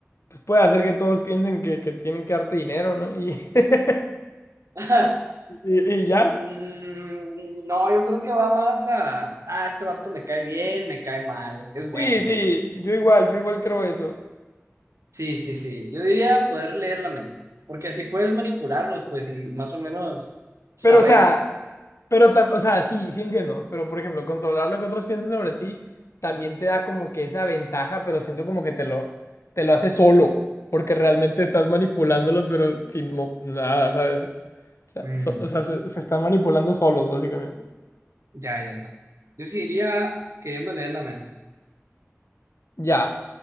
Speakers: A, on the left; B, on the right.
A: pues puede hacer que todos piensen que, que tienen que darte dinero, ¿no? Y <laughs>
B: <laughs>
A: ¿Y, y ya?
B: Mm, no, yo creo que va más a, ah, este vato me cae bien, me cae mal, es bueno.
A: Sí, sí, yo igual, yo igual creo eso.
B: Sí, sí, sí. Yo diría poder leer la mente, porque así puedes manipularlos, pues, y más o menos saber.
A: Pero, o sea, pero, ta- o sea, sí, sí entiendo. Pero, por ejemplo, controlar lo que otros piensan sobre ti también te da como que esa ventaja, pero siento como que te lo, te lo hace solo, porque realmente estás manipulándolos, pero sin mo- nada, ¿sabes? O sea,
B: Mm.
A: so- o sea, se, se están manipulando solos, básicamente.
B: Ya, ya, ya. Yo sí iría queriendo leer la mente.
A: Ya,